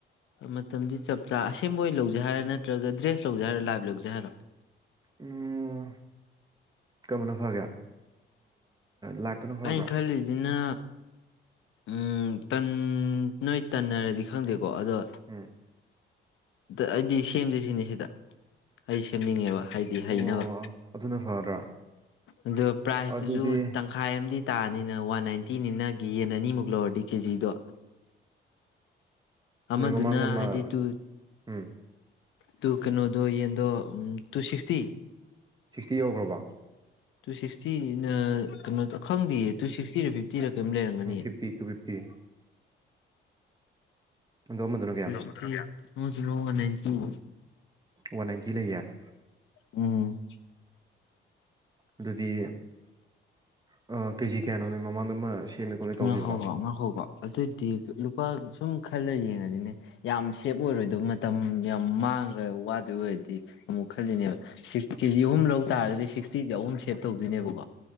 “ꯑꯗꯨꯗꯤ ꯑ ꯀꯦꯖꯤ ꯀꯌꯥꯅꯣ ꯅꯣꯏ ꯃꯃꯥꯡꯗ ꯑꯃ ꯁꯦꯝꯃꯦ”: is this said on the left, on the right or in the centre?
Right